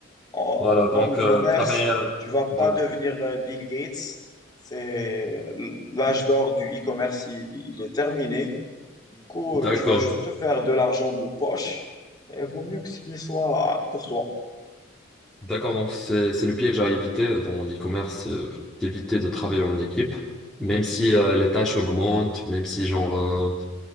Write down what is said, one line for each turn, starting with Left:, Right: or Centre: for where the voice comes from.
Left: en,
Centre: Voilà, donc
Left: en e-commerce,
Centre: euh, travailler. euh,
Left: tu vas pas
Centre: donc,
Left: devenir euh, Bill Gates. C'est l'âge d'or du e-commerce, il il est terminé. Du coup,
Centre: d'accord,
Left: tu vas juste te faire de l'argent de poche et vaut mieux que ce qu'il soit pour toi.
Centre: d'accord. Donc c'est c'est le piège à éviter dans l'e-commerce, euh, d'éviter de travailler en équipe, même si euh, les tâches augmentent, même si genre euh,